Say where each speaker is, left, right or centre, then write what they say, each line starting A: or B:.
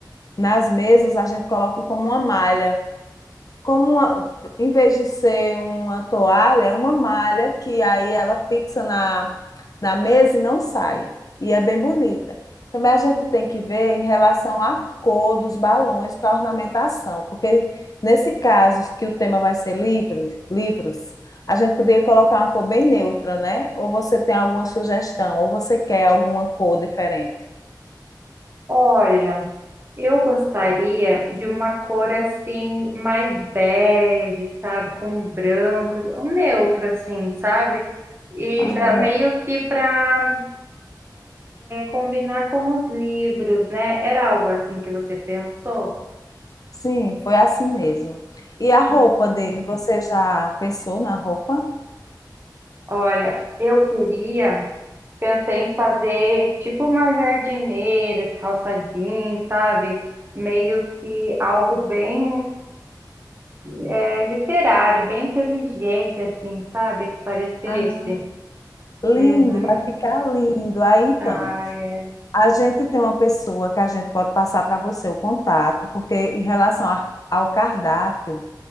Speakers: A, on the left; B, on the right.
A: nas mesas a gente coloca como uma malha. Como uma- em vez de ser uma toalha, é uma malha que aí ela fixa na, na mesa e não sai. E é bem bonita. Também a gente tem que ver em relação à cor dos balões para ornamentação, porque nesse caso que o tema vai ser livros, livros, a gente poderia colocar uma cor bem neutra, né? Ou você tem alguma sugestão, ou você quer alguma cor diferente?
B: Olha, eu gostaria de uma cor, assim, mais bege, sabe? Com branco, um neutro, assim, sabe? E
A: Ah,
B: dá meio que para combinar com os livros, né? Era algo assim que você pensou?
A: Sim, foi assim mesmo. E a roupa
B: Hum.
A: dele, você já pensou na roupa?
B: Olha, eu queria, pensei em fazer tipo uma jardineira, calça jeans, sabe? Meio que algo bem é, literário, bem inteligente, assim, sabe? Que parecesse.
A: Ah, lindo,
B: Uhum.
A: vai ficar lindo. Aí então,
B: Ah, é.
A: a gente tem uma pessoa que a gente pode passar para você o contato, porque em relação a- ao cardápio,